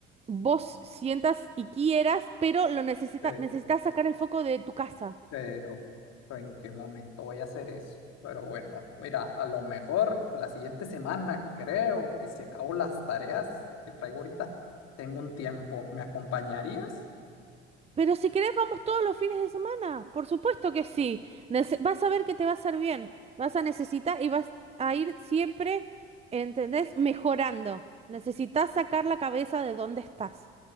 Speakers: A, on the right; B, on the left.
A: vos sientas y quieras, pero lo necesitas
B: Pe-
A: necesitas sacar el foco de tu casa.
B: Pero ¿en qué momento voy a hacer eso? Pero bueno, mira, a lo mejor la siguiente semana creo que si acabo las tareas que traigo ahorita, tengo un tiempo. ¿Me acompañarías?
A: Pero si querés, vamos todos los fines de semana. Por supuesto que sí. Nece- vas a ver que te va a hacer bien. Vas a necesitar y vas a ir siempre, ¿entendés? Mejorando. Necesitas sacar la cabeza de dónde estás.